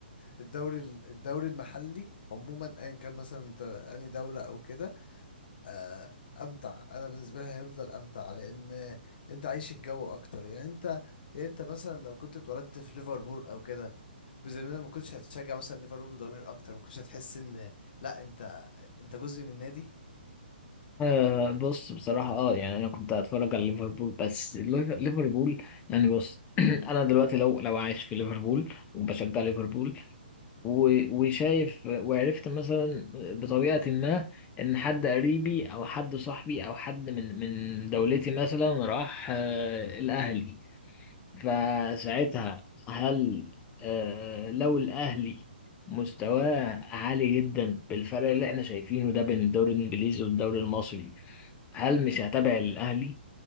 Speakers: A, on the left (about 55°); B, on the left (about 20°).
A: الدوري الدوري المحلي عموما ايا كان مثلا انت اني دوله او كده آه، امتع انا بالنسبه لي هيفضل امتع لان انت عايش الجو اكتر يعني انت يعني انت مثلا لو كنت اتولدت في ليفربول او كده بذمتك ما كنتش هتشجع مثلا ليفربول بضمير اكتر ما كنتش هتحس ان لا انت انت جزء من نادي
B: آه بص بصراحة اه يعني أنا كنت هتفرج على ليفربول بس ليف- ليفربول يعني بص <clears throat> أنا دلوقتي لو لو عايش في ليفربول وبشجع ليفربول و- وشايف وعرفت مثلا بطريقة ما إن حد قريبي أو حد صاحبي أو حد من من دولتي مثلا راح آه الأهلي فساعتها هل آه لو الأهلي مستواه عالي جدا بالفرق اللي احنا شايفينه ده بين الدوري الإنجليزي والدوري المصري هل مش هتابع الأهلي